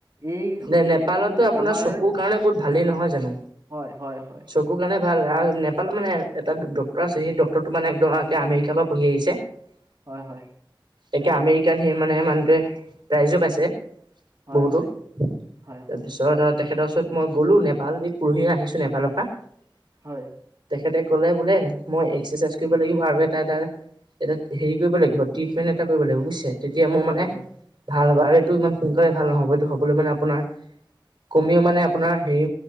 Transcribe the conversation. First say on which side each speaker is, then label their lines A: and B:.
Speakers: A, on the right; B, on the right.
A: এই
B: নে নেপালতো
A: এইটো মানে
B: আপোনাৰ
A: আমাৰ
B: চকুৰ কাৰণে বহুত ভালেই
A: হয়
B: নহয় জানো
A: হয় হয় হয় <unintelligible>
B: চকুৰ কাৰণে ভাল আৰু নেপালত মানে এটা ড্টৰ আছে সেই ড্টৰটো মানে একদমে আমেৰিকাৰ পৰা পঢ়ি আহিছে <unintelligible>
A: হয় হয়
B: এতিয়া আমেৰিকাত সেই মানে মানুহটোৱে প্ৰাইজো পাইছে
A: হয়
B: বহুতো তাৰপিছত
A: হয় হয়
B: তেখেতৰ ওচৰত মই গ'লো নেপালী পৰহি আহিছো নেপালৰ পৰা <unintelligible>
A: হয়
B: তেখেতে ক'লে বোলে মই এক্সাৰচাইজ কৰিব লাগিব আৰু এটা এটা এটা হেৰি কৰিব লাগিব ট্ৰিটমেণ্ট এটা কৰিব লাগিব বুজিছে <unintelligible> তেতিয়া মোৰ
A: হয়
B: মানে
A: হয়
B: ভাল হ'বা আৰু ইমান সু ভাল নহব এইটো হবলৈ মানে আপোনাৰ কমিও মানে আপোনাৰ হেৰি